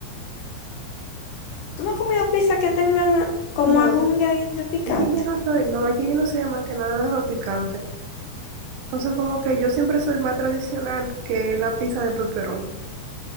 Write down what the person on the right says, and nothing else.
no.
Es que yo no soy, no, es que yo no soy amante nada de lo picante. Entonces, como que yo siempre soy más tradicional que la pizza de pepperoni.